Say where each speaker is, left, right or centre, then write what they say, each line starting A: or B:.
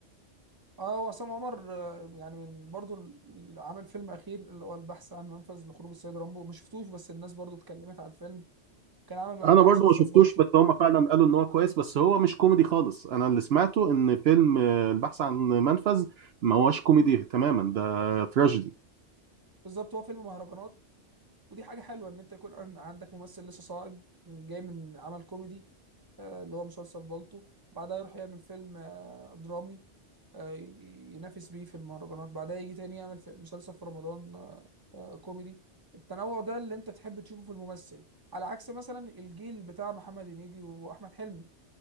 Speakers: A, on the right; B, on the right.
A: اه وعصام عمر آه، يعني من برضو ال- عامل فيلم اخير اللي هو البحث عن منفذ لخروج السيد رامبو ما شفتوش بس الناس برضو اتكلمت على الفيلم كان عامل قبلها
B: انا برضو
A: مسلسل
B: ما شفتوش
A: بالطو
B: بس هما فعلا قالوا ان هو كويس بس هو مش كوميدي خالص انا اللي سمعته ان فيلم آه، البحث عن منفذ ما هوش كوميدي تماما ده تراجيدي
A: بالظبط هو فيلم مهرجانات ودي حاجة حلوة ان انت يكون عن- عندك ممثل لسه صاعد جاي من عمل كوميدي آه، اللي هو مسلسل بالطو بعدها يروح يعمل فيلم آه، درامي آه، ي- ينافس بيه في المهرجانات بعدها يجي تاني يعمل في مسلسل في رمضان آه، آه، كوميدي التنوع ده اللي انت تحب تشوفه في الممثل على عكس مثلا الجيل بتاع محمد هنيدي واحمد حلمي